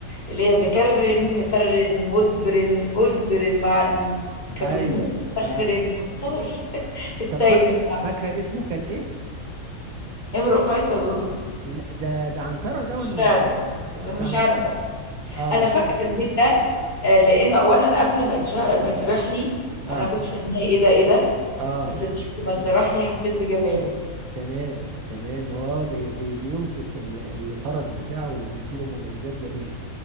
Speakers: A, on the left (about 35°); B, on the right (about 80°).
A: اللي هي مكرن مفرن مدبر مدبر معا كجلموس
B: ايوه
A: مسخر
B: اه
A: حطاه <laughs> السيل
B: طب فاكر
A: مع
B: فاكره اسمه كان ايه
A: امرؤ قيس اظن
B: لا، ده ده عنترة ده
A: مش
B: ولا
A: عارف- مش
B: ده عنترة
A: عارفه
B: اه
A: انا
B: مش
A: فاكره
B: فاكر
A: البيت ده آه، لانه اولا قبل ما يتشرح ما يتشرح لي
B: اه
A: انا كنتش فاهماه ايه ده ايه ده
B: اه
A: بس بعد ما
B: مم.
A: اتشرح لي حسيت بجماله
B: تمام تمام هو بي بي بيوصف ال- الفرس بتاعه وبيديله مميزات جميلة